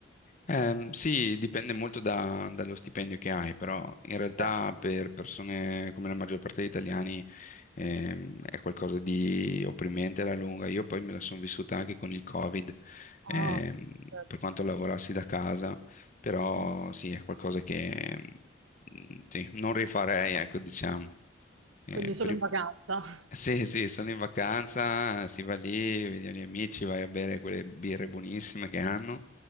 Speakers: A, on the left; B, on the right.
A: Ehm, sì, dipende molto da- dallo stipendio che hai, però in realtà
B: Chiaro.
A: per persone come la maggior parte degli italiani ehm, è qualcosa di opprimente alla lunga. Io poi me la sono vissuta anche con il Covid,
B: Ah,
A: ehm,
B: Certo.
A: per quanto lavorassi da casa, però
B: mm.
A: sì, è qualcosa che mm, sì, non rifarei, ecco, diciamo. Eh,
B: Quindi solo
A: per-
B: in vacanza, <laughs>
A: sì, sì, sono in vacanza, si va lì, vedi gli amici, vai a bere quelle birre buonissime che hanno